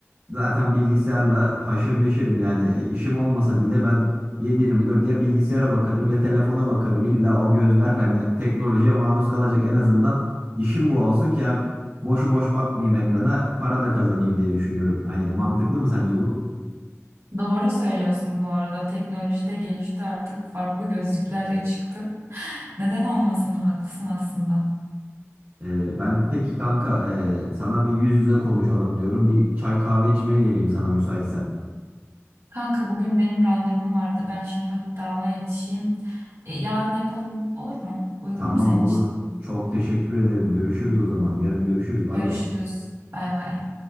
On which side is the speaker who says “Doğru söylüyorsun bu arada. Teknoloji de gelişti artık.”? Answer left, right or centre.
Right